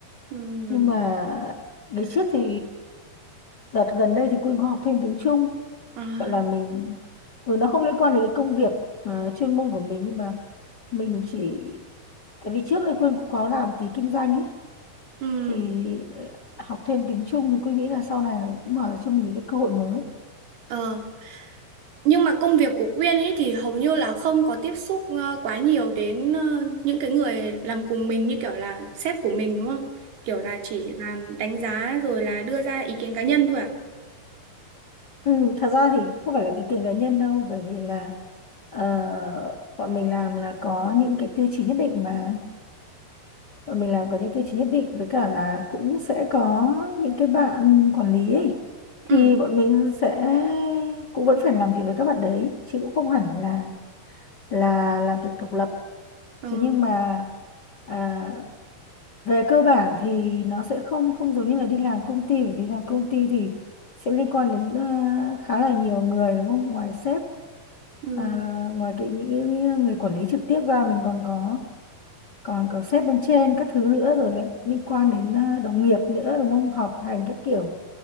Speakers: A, on the right; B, on the left.
A: Ừ.
B: nhưng mà ngày trước thì đợt gần đây thì Quyên có học thêm tiếng Trung
A: À,
B: gọi là mình ừ, nó không liên quan đến cái công việc ờ, chuyên môn của mình nhưng mà mình chỉ tại vì trước đây Quyên cũng có làm tí kinh doanh ấy
A: ừ.
B: thì ờ, học thêm tiếng Trung thì Quyên nghĩ là sau này nó cũng mở ra cho mình những cái cơ hội mới
A: Ờ, Nhưng mà công việc của Quyên ấy thì hầu như là không có tiếp xúc ờ, quá nhiều đến ờ, những cái người làm cùng mình như kiểu là sếp của mình đúng không? Kiểu là chỉ làm đánh giá rồi là đưa ra ý kiến cá nhân thôi à?
B: Ừ, thật ra thì không phải là ý kiến cá nhân đâu bởi vì là ờ, bọn mình làm là có những cái tiêu chí nhất định mà bọn mình làm có những tiêu chí nhất định với cả là cũng sẽ có những cái bạn quản lý ấy thì
A: Ừ.
B: bọn mình sẽ cũng vẫn phải làm việc với các bạn đấy chứ cũng không hẳn là là làm việc độc lập
A: Ừ.
B: thế nhưng mà à, về cơ bản thì nó sẽ không không giống như là đi làm công ty bởi vì làm công ty thì sẽ liên quan đến à, khá là nhiều người đúng không ngoài sếp
A: Ừ.
B: à, ngoài cái những cái người quản lý trực tiếp ra mình còn có còn có sếp bên trên các thứ nữa rồi lại liên quan đến à, đồng nghiệp nữa đúng không họp hành các kiểu